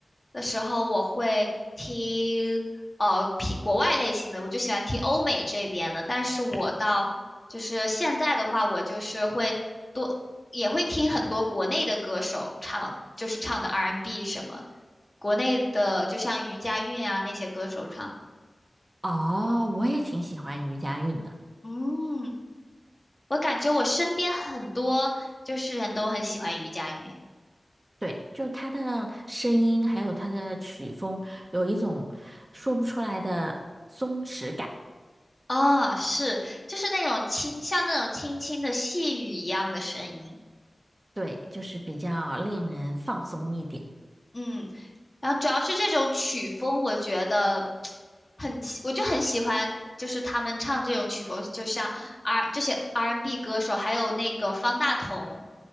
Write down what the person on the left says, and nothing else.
的时候，我会听呃偏国外类型的，我就喜欢听欧美这边的。但是我到就是现在的话，我就是会多也会听很多国内的歌手唱，就是唱的 R&B n 什么，国内的就像余佳韵啊那些歌手唱的。
嗯，我感觉我身边很多就是人都很喜欢余佳韵。
哦，是，就是那种轻，像那种轻轻的细雨一样的声音，
嗯，然后主要是这种曲风，我觉得很喜，我就很喜欢，就是他们唱这种曲风，就像 R 这些 R&B n 歌手，还有那个方大同，